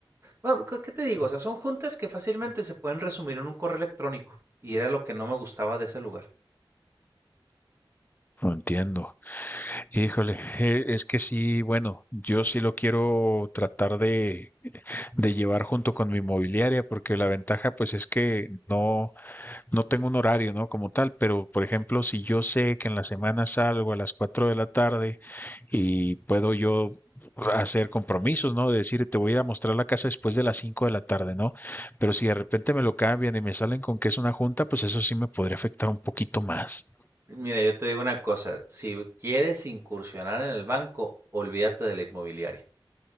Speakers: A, on the right; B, on the left.
A: bueno, ¿qué qué te digo? O sea, son juntas que fácilmente se pueden resumir en un correo electrónico y era lo que no me gustaba de ese lugar.
B: lo entiendo. Híjole, eh, es que sí, bueno, yo sí lo quiero tratar de, de llevar junto con mi inmobiliaria, porque la ventaja pues es que no, no tengo un horario, ¿no? Como tal, pero por ejemplo, si yo sé que en la semana salgo a las 4 de la tarde y puedo yo hacer compromisos, ¿no? De decir, te voy a ir a mostrar la casa después de las 5 de la tarde, ¿no? Pero si de repente me lo cambian y me salen con que es una junta, pues eso sí me podría afectar un poquito más.
A: Mira, yo te digo una cosa, si quieres incursionar en el banco, olvídate de la inmobiliaria,